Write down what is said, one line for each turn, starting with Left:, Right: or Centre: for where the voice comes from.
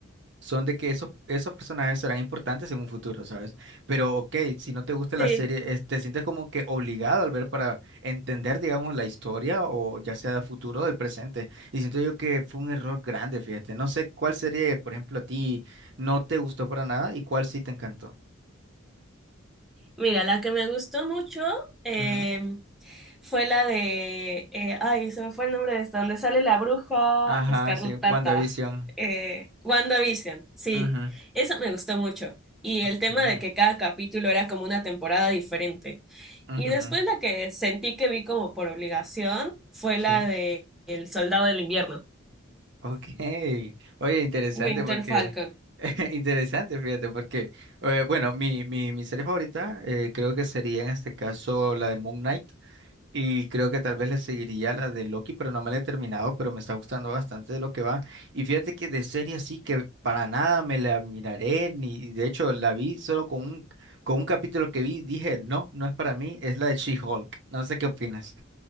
Right: son de que esos, esos personajes serán importantes en un futuro, ¿sabes? Pero, ok, si no te gusta la
Centre: Sí.
Right: serie, es- te sientes como que obligado al ver para entender, digamos, la historia o ya sea del futuro o del presente. Y siento yo que fue un error grande, fíjate. No sé cuál serie, por ejemplo, a ti no te gustó para nada y cuál sí te encantó.
Centre: Mira, la que me gustó mucho eh,
Right: Ujú.
Centre: fue la de, eh, ay, se me fue el nombre de esta, donde sale la bruja
Right: Ajá,
Centre: escarlata,
Right: sí, WandaVision.
Centre: eh, WandaVision, sí,
Right: Ujú,
Centre: esa me gustó mucho. Y
Right: Okay.
Centre: el tema de que cada capítulo era como una temporada diferente.
Right: ujú.
Centre: Y después la que sentí que vi como por obligación fue
Right: Sí.
Centre: la de El Soldado del Invierno,
Right: Ok. Oye, interesante
Centre: Winter
Right: porque...
Centre: Falcon.
Right: <laughs> Interesante, fíjate, porque... eh, bueno, mi, mi, mi serie favorita eh, creo que sería en este caso la de Moon Knight. Y creo que tal vez le seguiría la de Loki, pero no me la he terminado, pero me está gustando bastante de lo que va. Y fíjate que de serie así que para nada me la miraré, ni y de hecho la vi solo con un, con un capítulo que vi, dije, no, no es para mí, es la de She-Hulk. No sé qué opinas.